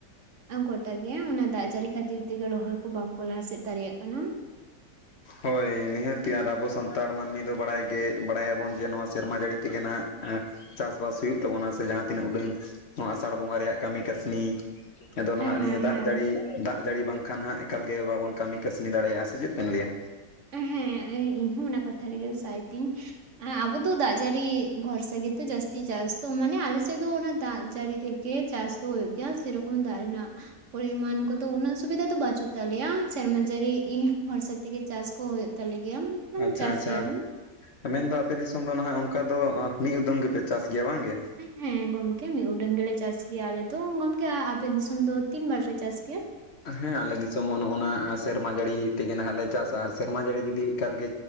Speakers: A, on the right (about 50°); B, on the left (about 50°).
A: ᱟᱸ ᱜᱚᱴᱟ ᱜᱮ ᱚᱱᱟ ᱫᱟᱜ ᱡᱟᱹᱨᱤ ᱠᱷᱟᱹᱛᱤᱨ ᱛᱮᱜᱮ ᱨᱚᱦᱚᱭ ᱠᱚ ᱵᱟᱝᱠᱚ ᱞᱟᱦᱟᱥᱮᱫ ᱫᱟᱲᱮᱭᱟᱜ ᱠᱟᱱᱟ?
B: ᱦᱳᱭ ᱱᱤᱦᱟᱹᱛᱤ ᱟᱨ ᱟᱵᱚ ᱥᱟᱱᱛᱟᱲ ᱢᱟᱹᱱᱢᱤ ᱫᱚ ᱵᱟᱲᱟᱭ ᱜᱮ ᱵᱟᱲᱟᱭᱟᱵᱚᱱ ᱡᱮ ᱱᱚᱣᱟ ᱥᱮᱨᱢᱟ ᱡᱟᱹᱲᱤ ᱛᱮᱜᱮ ᱱᱷᱟᱸᱜ ᱮᱸ ᱪᱟᱥᱼᱵᱟᱥ ᱦᱩᱭᱩᱜ ᱛᱟᱵᱚᱱᱟ ᱥᱮ ᱡᱟᱦᱟᱸ ᱛᱤᱱᱟᱹᱜ ᱩᱰᱟᱹᱝ ᱱᱚᱣᱟ ᱟᱥᱟᱲ ᱵᱚᱸᱜᱟ ᱨᱮᱭᱟᱜ ᱠᱟᱹᱢᱤ ᱠᱟᱹᱥᱱᱤ ᱮ ᱫᱚ ᱱᱷᱟᱜ
A: ᱦᱮᱸ
B: ᱱᱤᱭᱟᱹ ᱫᱟᱜ
A: ᱦᱮᱸ
B: ᱡᱟᱹᱲᱤ ᱫᱟᱜ ᱡᱟᱹᱲᱤ ᱵᱟᱝᱠᱷᱟᱱ ᱦᱟᱸᱜ ᱮᱠᱟᱞ ᱜᱮ ᱵᱟᱵᱚᱱ ᱠᱟᱹᱢᱤ ᱠᱟᱹᱥᱱᱤ ᱫᱟᱲᱮᱭᱟᱜᱼᱟ ᱥᱮ ᱪᱮᱫ ᱵᱤᱱ ᱞᱟᱭᱼᱟ?
A: ᱦᱮᱸ ᱤᱧ ᱦᱚᱸ ᱚᱱᱟ ᱠᱟᱛᱷᱟ ᱨᱮᱜᱮ ᱥᱟᱭ ᱛᱤᱧ ᱟᱸ ᱟᱵᱚ ᱫᱚ ᱫᱟᱜ ᱡᱟᱲᱤ ᱵᱷᱚᱨᱥᱟ ᱜᱮᱛᱚ ᱡᱟᱥᱛᱤ ᱪᱟᱥ ᱫᱚ ᱢᱟᱱᱮ ᱟᱞᱮᱥᱮᱫ ᱫᱚ ᱚᱱᱟ ᱫᱟᱜ ᱡᱟᱲᱤ ᱨᱮᱜᱮ ᱜᱮ ᱪᱟᱥ ᱫᱚ ᱦᱩᱭᱩᱜ ᱜᱮᱭᱟ, ᱥᱮᱨᱚᱠᱚᱢ ᱫᱟᱜ ᱨᱮᱱᱟᱜ ᱯᱚᱨᱤᱢᱟᱱ ᱠᱚᱫᱚ ᱩᱱᱟᱹᱜ, ᱥᱩᱵᱤᱫᱟ ᱫᱚ ᱵᱟᱪᱩᱜ ᱛᱟᱞᱮᱭᱟ ᱥᱮᱨᱢᱟ ᱡᱟᱲᱤ ᱤᱦ ᱵᱷᱚᱨᱥᱟ ᱛᱮᱜᱮ ᱪᱟᱥ ᱠᱚ ᱦᱩᱭᱩᱜ ᱛᱟᱞᱮ ᱜᱮᱭᱟ᱾ ᱢᱟᱱᱮ
B: ᱟᱪᱪᱷᱟ
A: ᱪᱟᱥ
B: ᱟᱪᱪᱷᱟ
A: ᱜᱮᱭᱟᱞᱮ
B: ᱾ ᱢᱮᱱᱫᱚ ᱟᱯᱮ ᱫᱤᱥᱚᱢ ᱫᱚ ᱱᱟᱦᱟᱜ, ᱚᱜᱠᱟ ᱫᱚ ᱢᱤᱫ ᱩᱫᱟᱹᱢ ᱜᱮᱯᱮ ᱪᱟᱥ ᱜᱮᱭᱟ ᱵᱟᱝ ᱜᱮ᱾
A: ᱦᱮᱸ ᱜᱚᱢᱠᱮ ᱢᱤ ᱩᱰᱟᱹᱝ ᱜᱮᱞᱮ ᱪᱟᱥ ᱜᱮᱭᱟ ᱟᱞᱮ ᱫᱚ᱾ ᱜᱚᱢᱠᱮ ᱟᱯᱮ ᱫᱤᱥᱚᱢ ᱫᱚ ᱛᱤᱱ ᱵᱟᱨ ᱯᱮ ᱪᱟᱥ ᱜᱮᱭᱟ
B: ᱦᱮᱸ ᱟᱞᱮ ᱫᱤᱥᱚᱢ ᱦᱚᱸ ᱱᱚᱜᱼᱚ ᱱᱟ᱾ ᱥᱮᱨᱢᱟ ᱡᱟᱲᱤ ᱛᱮᱜᱮ ᱱᱟᱦᱟᱜ ᱞᱮ ᱪᱟᱥᱟ ᱟ᱾ ᱥᱮᱨᱢᱟ ᱡᱟᱲᱤ ᱡᱩᱫᱤ ᱮᱠᱟᱞᱜᱮ